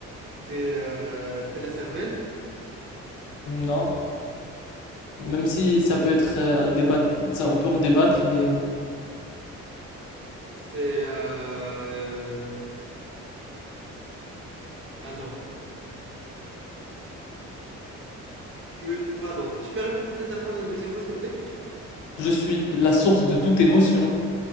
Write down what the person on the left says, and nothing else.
Non. Même si ça peut être euh, à débat- ça, on peut en débattre, mais non.
Je suis la source de toute émotion,